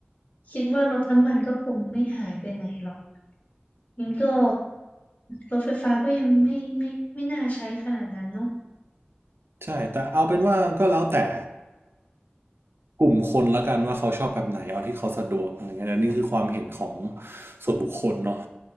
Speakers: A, on the left; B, on the right.
A: คิดว่ารถน้ำมันก็คงไม่หายไปไหนหรอกงั้นก็รถไฟฟ้าก็ยังไม่ไม่ไม่น่าใช้ขนาดนั้นเนอะ
B: ใช่แต่เอาเป็นว่าก็แล้วแต่กลุ่มคนละกันว่าเขาชอบแบบไหนเอาที่เขาสะดวกอะไรเงี้ยอันนี้คือความเห็นของส่วนบุคคลเนาะ